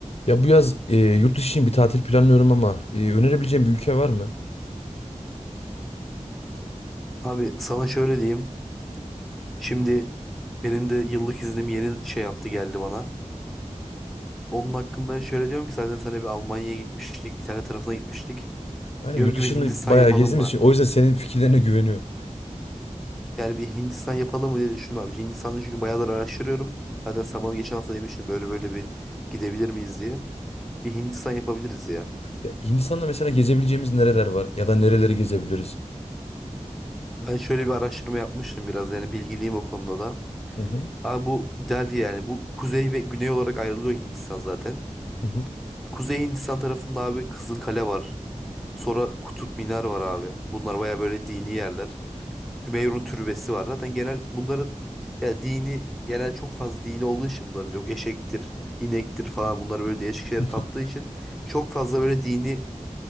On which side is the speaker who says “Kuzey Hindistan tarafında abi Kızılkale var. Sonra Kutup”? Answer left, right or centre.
Centre